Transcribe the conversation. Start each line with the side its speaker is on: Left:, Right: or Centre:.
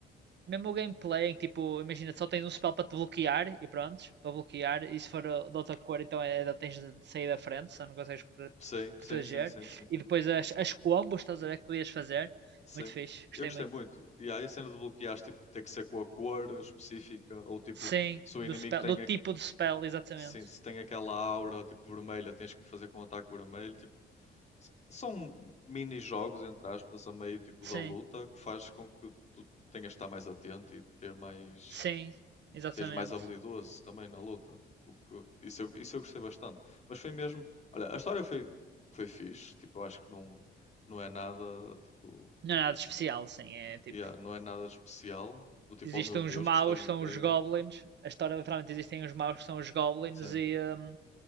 Right: Mesmo o gameplay, em que, tipo, imagina, só tens um spell para te bloquear e pronto, para bloquear, e se for uh, de outra cor, então é, da- tens de sair da frente, senão não consegues pro-
Left: Sim,
Right: proteger.
Left: sim, sim, sim, sim.
Right: E depois as, as combos, estás a ver, que podias fazer.
Left: Sim.
Right: Muito fixe, gostei
Left: Eu gostei
Right: muito.
Left: muito. E aí a cena de bloquear, tipo, ter que ser com a cor específica, ou tipo,
Right: Sim,
Left: se o
Right: do
Left: inimigo
Right: spell,
Left: tem,
Right: do tipo
Left: a,
Right: de spell, exatamente.
Left: sim, se tem aquela aura, tipo, vermelha, tens que fazer com o ataque vermelho. Tipo, s- são mini-jogos, entre aspas, a meio, tipo,
Right: Sim,
Left: da luta, que faz com que tu tenhas de estar mais atento e ter mais
Right: sim, exatamente.
Left: seja mais habilidoso também na luta. O que, isso, eu, isso eu gostei bastante. Mas foi mesmo. Olha, a história foi, foi fixe. Tipo, eu acho que não, não é nada. Tipo,
Right: Não é nada de especial, sim, é tipo.
Left: yeah, não é nada especial. Do tipo,
Right: existem
Left: oh meu
Right: uns
Left: Deus,
Right: maus,
Left: que história
Right: que
Left: incrível.
Right: são os goblins. A história literalmente existem uns maus, que são os goblins,
Left: Sim,
Right: e, hum,